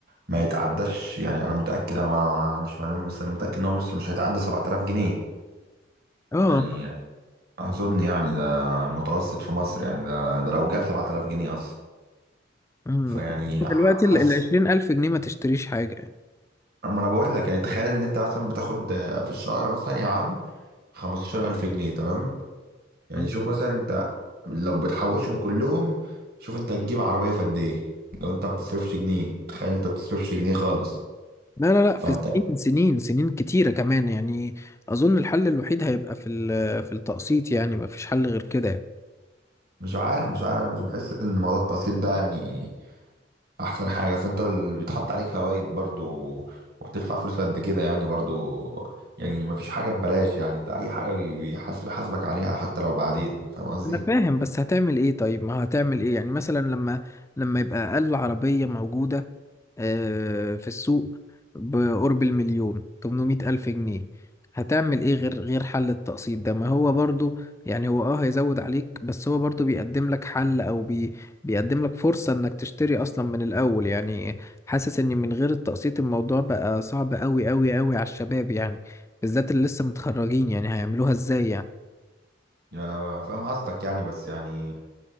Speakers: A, on the right; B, on the left.
A: ما يتعداش يعني انا متأكد انا ما ما عنديش معلومة بس انا متأكد ان هو مصر مش هيتعدى 7000 جنيه
B: اه
A: يعني اظن يعني ده متوسط في مصر يعني ده ده لو جاب 7000 جنيه اصلا
B: أمم.
A: فيعني ح-
B: دلوقتي
A: حاسس
B: ال ال عشرين ألف جنيه ما تشتريش حاجة يعني
A: اما انا بقول لك يعني تخيل ان انت مثلا بتاخد في الشهر مثلا يا عم 15000 جنيه تمام يعني
B: أمم.
A: شوف مثلا انت لو بتحوشهم كلهم شوف انت هتجيب عربية في قد ايه لو انت ما بتصرفش جنيه تخيل انت ما بتصرفش جنيه خالص
B: لا لا لا
A: فانت
B: في سنين سنين سنين كتيرة كمان يعني أظن الحل الوحيد هيبقى في ال- في التقسيط يعني ما فيش حل غير كده يعني
A: مش عارف مش عارف مش بحس ان موضوع التقسيط ده يعني احسن حاجه اصل انت اللي بيتحط عليك فوائد برضو وبتدفع فلوس قد كده يعني برضو يعني مفيش حاجه ببلاش يعني انت اي حاجه بي- بيحاسب حاسبك عليها حتى لو بعدين فاهم قصدي
B: أنا فاهم بس هتعمل إيه طيب ما هتعمل إيه يعني مثلا لما لما يبقى أقل عربية موجودة آه، في السوق بقرب المليون 800 ألف جنيه هتعمل ايه غير غير حل التقسيط ده ما هو برضو يعني هو اه هيزود عليك بس هو برضو بيقدم لك حل او بي بيقدم لك فرصة انك تشتري اصلا من الاول يعني حاسس ان من غير التقسيط الموضوع بقى صعب قوي قوي قوي على الشباب يعني بالذات اللي لسه متخرجين يعني هيعملوها ازاي يعني
A: يعني انا فاهم قصدك يعني بس يعني